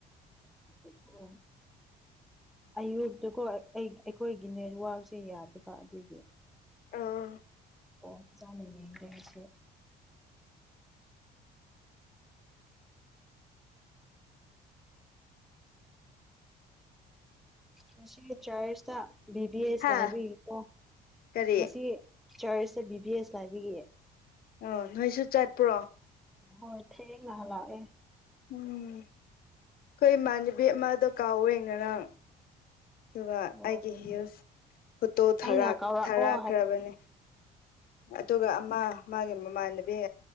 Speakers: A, in the centre; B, on the left (about 60°).
A: ꯑꯣ
B: <inaudible>
A: ꯑꯌꯨꯛꯇꯀꯣ ꯑꯩ ꯑꯩꯈꯣꯏꯒꯤ ꯅꯦꯠꯋꯥꯛꯁꯦ ꯌꯥꯗꯕ ꯑꯗꯨꯒꯤ
B: ꯑꯥ
A: ꯑꯣ ꯆꯥꯅꯤꯡꯉꯦ ꯅꯣꯏꯒꯤꯁꯦ ꯉꯁꯤ ꯆꯔ꯭ꯅꯟꯁꯇ ꯕꯤ ꯕꯤ ꯑꯦꯁ
B: ꯍꯥ
A: ꯂꯥꯏꯕ꯭ꯔꯤ ꯀꯣ
B: ꯀꯔꯤ
A: ꯉꯁꯤ ꯆꯔ꯭ꯁꯇ ꯕꯤꯕꯤ ꯑꯦ ꯏꯁ ꯂꯥꯏꯕꯒꯤ
B: ꯑꯣ ꯅꯣꯏꯁꯨ ꯆꯠꯄ꯭ꯔꯣ
A: ꯍꯣꯏ ꯊꯦꯡꯅꯍꯜꯂꯥꯛꯑꯦ
B: ꯎꯝ ꯑꯩꯈꯣꯏ ꯏꯃꯥꯟꯅꯕꯤ ꯑꯃꯗꯣ ꯀꯥꯎꯋꯦ ꯉꯔꯥꯡ ꯑꯗꯨꯒ
A: ꯑꯣ
B: ꯑꯩꯒꯤ ꯍꯤꯂ꯭ꯁ ꯐꯣꯇꯣ ꯊꯔꯥꯛ
A: ꯑꯩꯅ ꯀꯧꯔꯛꯑꯣ
B: ꯊꯔꯥꯛꯈ꯭ꯔꯕꯅꯤ
A: ꯍꯥꯏ
B: ꯑꯗꯨꯒ ꯑꯃ ꯃꯥꯒꯤ ꯃꯃꯥꯟꯅꯕꯤ